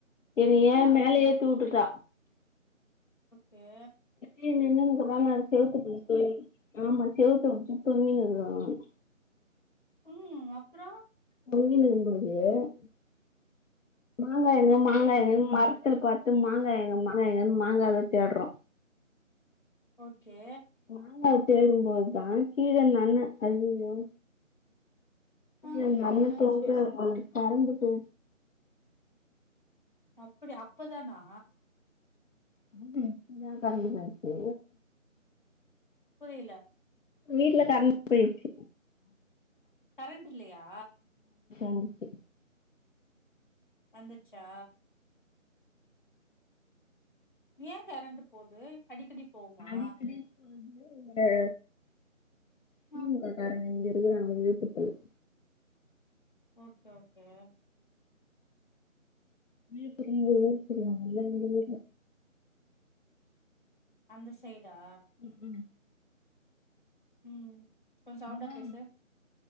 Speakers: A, on the left (about 65°); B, on the left (about 35°).
A: என்னைய
B: ஆ
A: மேல ஏத்தி வுட்டுட்டா
B: ஏ
A: <unintelligible> ஆமா செவுத்த <unintelligible>
B: ம் அப்றோ
A: <unintelligible> மாங்கா எங்க மாங்கா
B: புரியல
A: எங்கனு மர த்துல பாத்து மாங்கா எங்க மாங்கா எங்கன்னு மாங்காவ தேடுறோ
B: ஓகே
A: மாங்கா தேடும் போதுதா கீழே அந்த அண்ண ஐயயோ
B: ஆ
A: யோ அந்த அண்ண
B: என்னாச்சு
A: தொங்குறத பாரு பயந்துட்டோ
B: அப்புடி அப்பதானா
A: <unintelligible> கரண்டு போச்சி
B: புரியில
A: வீட்ல கரண்ட் போயிர்ச்சி
B: கரண்ட் இல்லையா
A: வந்துச்சு
B: வந்துட்ச்சா ஏ கெரண்ட்டு போது அடிக்கடி போவுமா
A: அடிக்கடி போது திமுக
B: ம்
A: காரங்க இங்கெ <inaudible>
B: ஓகே ஓகே
A: விழுப்புர எங்க ஊரு தெரியிமா <inaudible> எங்க ஊர்ல
B: அந்த செய்டா
A: ஊர்ல
B: ம் கொஞ்ச சௌண்டா
A: அதா
B: பேசு